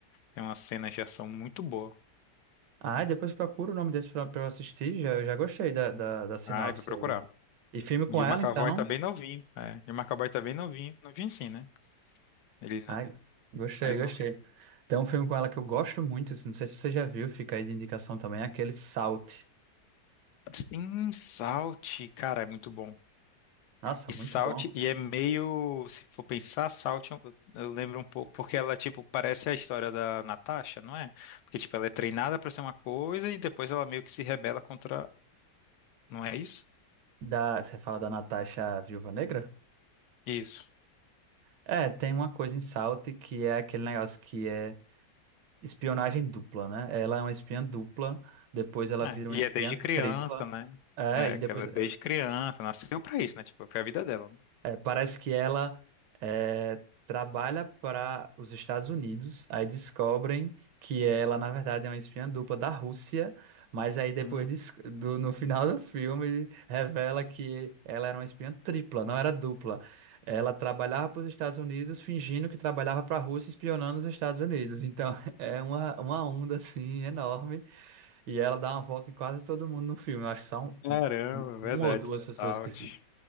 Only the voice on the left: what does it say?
tem umas cenas de ação muito boa.
Ai, vou procurar.
E o
McAvoy
tá bem novinho, é. E o McAvoy tá bem novinho, novinho sim, né? Ele ainda
é
mais
novinho.
Sim, Salt, cara, é muito bom.
E Salt,
e é meio, se for pensar, Salt, eu, eu lembro um pouco, porque ela, tipo, parece a história da Natasha, não é? Porque, tipo, ela é treinada pra ser uma coisa e depois ela meio que se rebela contra, não é isso?
Isso.
É,
e
é desde criança,
né?
É,
que ela é desde criança, nasceu pra isso, né? Tipo, foi a vida dela. né?
Hum,
caramba, verdade,
Salt.